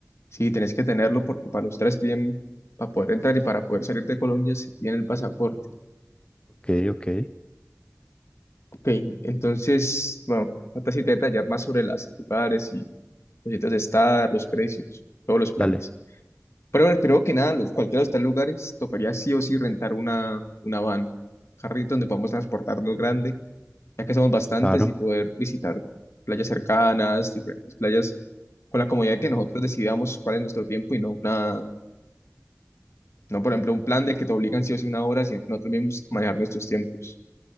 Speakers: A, on the left; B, on the left.
A: Sí, tenés que tenerlo porque para ustedes bien, para poder entrar y para poder salir de Colombia se piden el pasaporte.
B: Ok, ok,
A: Ok, entonces, bueno, falta sí detallar más sobre los lugares y los sitios de estar, los precios, todos los planes.
B: dale,
A: Pero creo que nada, los, cualquiera de estos lugares tocaría sí o sí rentar una, una van, carrito donde podamos transportarnos grande, ya que somos bastantes
B: claro.
A: y poder visitar playas cercanas, diferentes playas, con la comodidad de que nosotros decidamos cuál es nuestro tiempo y no una, no por ejemplo un plan de que te obligan sí o sí una hora, sino que nosotros mismos manejar nuestros tiempos.